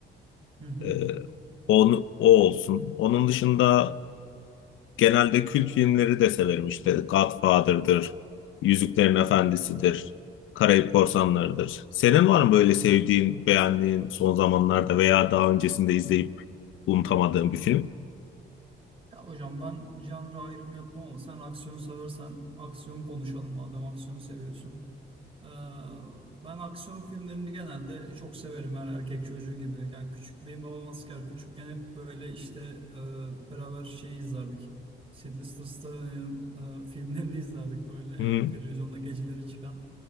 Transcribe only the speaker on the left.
Ee, onu, o olsun. Onun dışında genelde kült filmleri de severim işte Godfather'dır, Yüzüklerin Efendisi'dir, Karayip Korsanları'dır. Senin var mı böyle sevdiğin, beğendiğin son zamanlarda veya daha öncesinde izleyip unutamadığın bir film?
Hı,